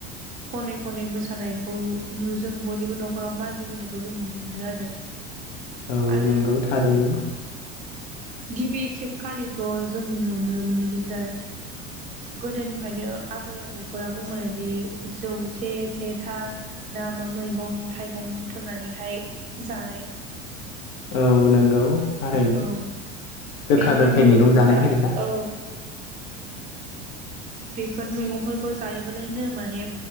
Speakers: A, on the right; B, on the left.
A: खनै खनै मोसानायखौ जों बयनिबो नखराव मानि बोनायखौ जों नुनो मोनो आरो
B: औ
A: आरो
B: नंगौ थारैनो
A: गिबि खेबखालिथ जों नुनो मोनो दिदार गोदोनिफ्रायनो आबै आबौखौ नखरा बुंबोनायदि जौसे से था ना मा मैगं थाइगं बुथुमनानै बेहाय जानाय
B: औ नंगौ थारोयनो
A: औ
B: गोखा
A: बेफोर
B: गोखै
A: मैगंफोरा
B: मैगं जानाय होनो ना
A: औ बेफोर मैगं खौ जायोबालायनो माने